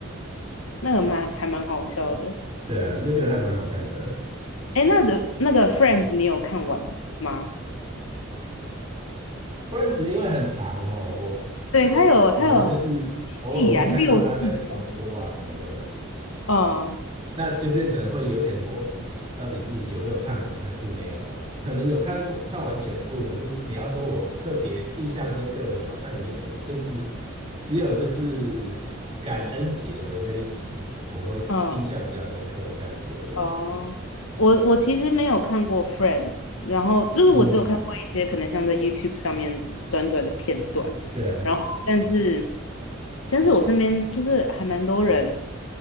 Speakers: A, on the left; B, on the right.
A: 那个蛮还蛮好笑的。
B: 对啊，那个还蛮好看的。
A: 哎，那的那个 Friends 你有看完吗？
B: 不认识，因为很长哦，我
A: 对，他有他有
B: 我们就是偶尔会看到他在重播啊什么的，
A: 几季啊？六季哦。嗯
B: 那就变成会有点模糊，到底是有没有看完还是没有？可能有看过看完全部，可是你要说我特别印象深刻的，好像没什么，就只只有就是感恩节的那一集，我会印象比较深刻这样子而已。
A: 嗯。哦，我我其实没有看过《Friends》，然后就是我只有看过一些可能像在
B: 嗯，
A: YouTube 上面短短的片段，
B: 对啊，
A: 然后但是但是我身边就是还蛮多人，